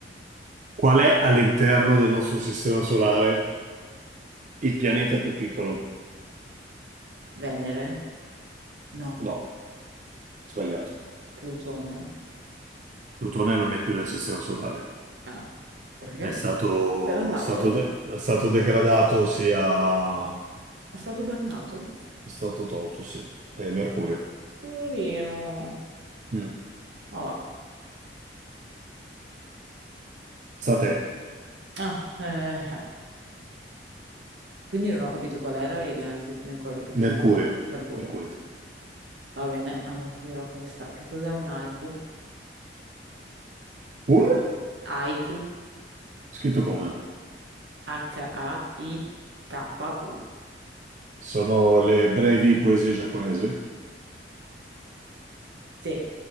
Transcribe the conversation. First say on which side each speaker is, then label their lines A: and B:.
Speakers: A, on the right; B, on the right.
A: Qual è all'interno del nostro sistema solare il pianeta più piccolo?
B: Venere? No.
A: No, sbagliato.
B: Plutone?
A: Plutone non è più nel sistema solare.
B: Ah, perché?
A: È stato,
B: Se n'è andato?
A: stato de- è stato degradato, sia...
B: È stato bannato?
A: è stato tolto, sì. È Mercurio.
B: Poverino.
A: Mm.
B: Ma va.
A: Sta a te.
B: Ah, eh, quindi non ho capito qual era il sistema in cuore più piccolo.
A: Mercurio.
B: Mercurio.
A: Mercurio.
B: Va bene, allora ti chiederò questa. Che cos'è un haiku?
A: Un?
B: Haiku,
A: Scritto come?
B: H-A-I-K-U.
A: Sono le brevi poesie giapponesi?
B: Sì,